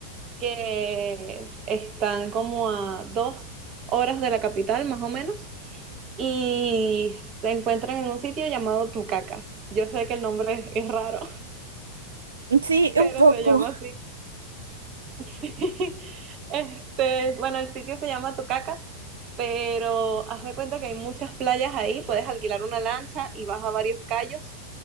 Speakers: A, on the right; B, on the right.
A: que están como a dos horas de la capital, más o menos, y se encuentran en un sitio llamado Tucacas. Yo sé que el nombre es es raro.
B: <laughs> Sí,
A: pero
B: un poco.
A: se llama así. <laughs> Sí. Este, bueno, el sitio se llama Tocacas, pero haz de cuenta que hay muchas playas ahí, puedes alquilar una lancha y vas a varios callos